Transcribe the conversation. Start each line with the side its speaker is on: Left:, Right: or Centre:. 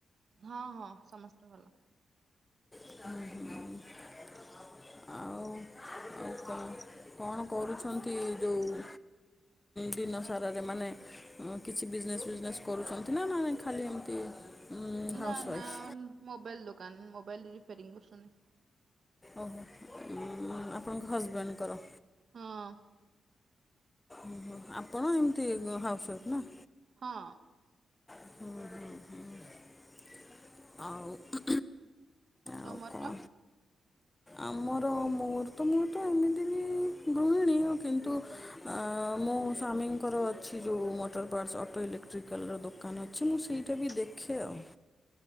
Right: ହଁ ହଁ ସମସ୍ତେ ଭଲ
Left: ଓ ହୋ ଆଉ କଣ କରୁଛନ୍ତି ଯେଉଁ ଦିନ ସାରାରେ ମାନେ କିଛି ବିଜନେସ୍ ଫଜନେସ୍ କରୁଛନ୍ତି ନା ନ ଖାଲି ଏମିତି ହାଉସ୍
Right: ନା
Left: ୱାଇଫ୍।
Right: ନା ମୋବାଇଲ ଦୋକାନ ମୋବାଇଲ ରିପୋରିଂ କରୁସୁନି
Left: ଓହୋ! ଉଁ ଆପଣଙ୍କ ହଜବେଣ୍ଡଙ୍କର।
Right: ହଁ।
Left: ଓହୋ! ଆପଣ ଏମିତି ହାଉସ୍ୱାଇଫ୍ ନା।
Right: ହଁ।
Left: ହୁଁ ହୁଁ ହୁଁ, ଆଉ
Right: ତମର?
Left: ଆଉ କଣ ଆମର ମୋର ତ ମୁଁ ତ ଏମିତି ବି ଗୃହିଣୀ, କିନ୍ତୁ ତୁ ମୋ ସ୍ୱାମୀଙ୍କର ଅଛି ଯେଉଁ ମୋଟର ପାର୍ଟସ୍ ଅଟୋ ଇଲେକ୍ଟ୍ରି ଇଲେକ୍ଟ୍ରିକାଲର ଦୋକାନ ଅଛି ମୁଁ ସେଇଟା ବି ଦେଖେ ଆଉ।